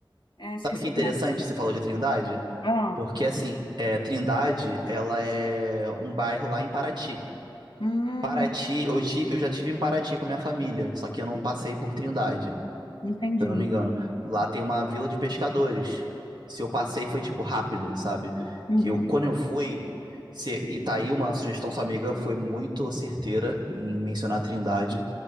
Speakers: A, on the left; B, on the right.
A: É, esqueci
B: Sabe que é interessante
A: o nome.
B: que você falou de Trindade?
A: Ah,
B: Porque assim, é, Trindade, ela é um bairro lá em Paraty.
A: hum,
B: Paraty, eu tive, eu já tive em Paraty com a minha família, só que eu não passei por Trindade
A: entendi.
B: se eu não me engano. Lá tem uma vila de pescadores. Se eu passei foi tipo rápido, sabe?
A: Uhum,
B: Que eu, quando eu fui, se- e tá aí uma sugestão, sua amiga foi muito certeira em mencionar a Trindade,